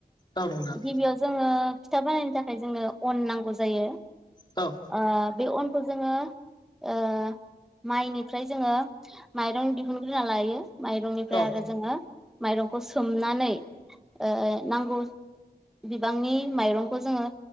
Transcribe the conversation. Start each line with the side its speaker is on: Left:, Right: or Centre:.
Left: औ नोंथां
Centre: गिबियाव जोंङो फिथा बानायनो थाखाय जोंनो अन नांगौ जायो।
Left: औ
Centre: ओ बे अनखौ जोंङो ओ माइनिफ्राय जोंङो माइरं दिहुनग्रोना लायो माइरंनिफ्राय
Left: औ
Centre: आरो जोंङो माइरंखौ सोमनानै ओ नांगौ बिबांनि माइरंखौ जोंङो